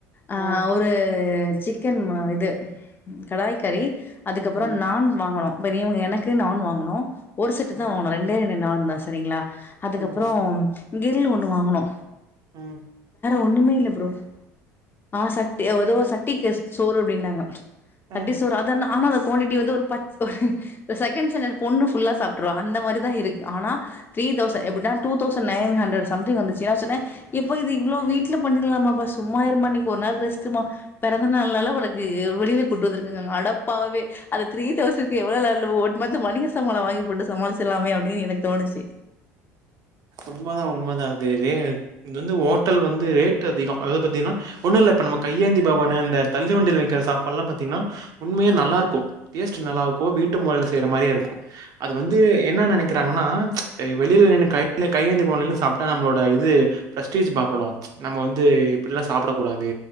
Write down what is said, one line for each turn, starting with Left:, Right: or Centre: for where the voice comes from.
Left: ஆஹ்
Right: ம்
Left: ஒரு சிக்கன் இது கடாய்கறி அதுக்கப்பறோ
Right: ம்
Left: நான் வாங்கனோ பெரியவங்க எனக்கு நான் வாங்கணோ ஒரு செட்டு
Right: ம்
Left: தா வாங்கணோ ரெண்டே ரெண்டு நான் தா சரிங்களா அதுக்கப்பறோ
Right: ம்
Left: கிரீல் ஒண்ணு வாங்கனோ
Right: உம்
Left: ஒண்ணுமே இல்ல ப்ரோ ஆஹ் சட்டி ஏதோ சட்டிக்கு சோறு அப்டின்னாங்க சட்டி
Right: அ
Left: சோறு அத நானு அத கோன்டிட்டி வந்து ஒரு பச் செகண்ட் ஸ்டாண்டர்ட் பொண்ணு ஃபுல்லா சாப் ப்ரோ அந்த மாரி தா இருக்கு ஆனா த்ரீ தௌசண்ட் எப்டினா two thousand nine hundred something வந்துச்சு ஏன்னா நா சொன்ன இப்போ இது இவ்ளோ வீட்ல பண்ணிக்கலாமாபா சும்மா இருமா இன்னிக்கு ஒரு நாள் ரெஸ்ட்மா பெறந்த நாள்னால உனக்கு வெளில கூட்டு வந்துருகங்க அடப்பாவி அது த்ரீ தெளசண்ட் எவ்ளோ நாள் ஒன் மன்த் மளிக சாமா நா வாங்கி போட்டு சமாளிச்சலாமே அப்டின்னு எனக்கு தோணுச்சி
Right: உண்மதா உண்மதா அது ரே இது வந்து ஹோட்டல் வந்து ரேட்டு அதிகோ அத பத் தீனா ஒண்ணு இல்ல இப்ப நம்ம கையேந்தி பவனு இந்த தள்ளு வண்டில வைக்கற சாப்பாட் எல்லா பாத்திங்கன்னா உண்மையா நல்லா இருக்கு டேஸ்ட் நல்லா இருக்கோ வீட்டு மொறைல செய்ற மாரி இருக்கு அது வந்து என்ன நெனைக்கிறாங்கன்னா வெளில நின்னு கை <inaudible> கையேந்தி புவன்ல நின்னு சாப்ட்டா நம்ளோட இது ப்ரெஸ்டீஜ் பஹலு நம்ம வந்து இப்டிலா சாப்படக்கூடாது